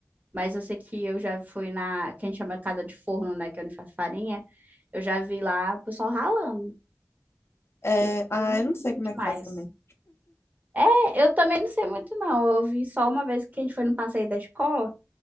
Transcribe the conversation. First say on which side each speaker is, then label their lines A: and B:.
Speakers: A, on the right; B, on the left.
A: mas eu sei que eu já fui na, que a gente chama casa de forno, né, que é onde faz farinha. Eu já vi lá o pessoal ralando.
B: é.
A: E é
B: Ah, eu não sei
A: duro
B: como
A: demais.
B: é que faz também.
A: É, eu também não sei muito não. Eu vi só uma vez que a gente foi no passeio da escola,